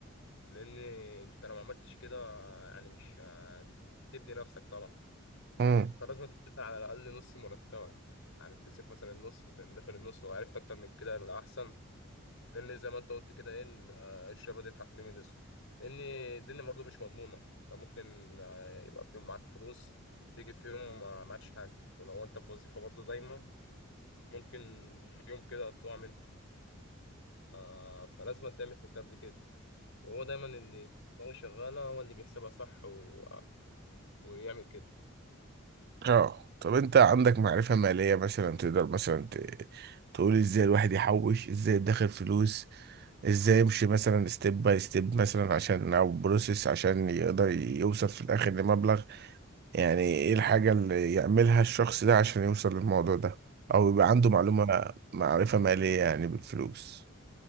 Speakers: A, on the left; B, on the right.
A: لان انت لو ما عملتش كده آه، يعني مش هتبني نفسك طبعا
B: مم.
A: انت لازم تدخل على الاقل نص مرتبك يعني تصرف مثلا النص وتدخل النص وعرفت اكتر من كده يبقى احسن لان زي ما انت قلت كده ايه ال- آه، الشباب ده ينفع في اليوم الاسود لان الدنيا برضه مش مضمونه انت ممكن آه، يبقى في يوم معاك فلوس تيجي في يوم آه، معكش حاجه ولو انت في وظيفه برضه دايما ممكن في يوم كده تقع منك آه فلازم تعمل حساب لكده وهو دايما ان دماغه شغاله هو اللي بيحسبها صح و... ويعمل كده
B: اه طب انت عندك معرفة مالية مثلا تقدر مثلا ت- تقول ازاي الواحد يحوش ازاي يدخر فلوس ازاي يمشي مثلا ستيب باي ستيب مثلا عشان او بروسيس عشان يقدر يوصل في الاخر لمبلغ يعني ايه الحاجة اللي يعملها الشخص ده عشان يوصل للموضوع ده او يبقى عنده معلومة
A: لازم
B: معرفة مالية يعني بالفلوس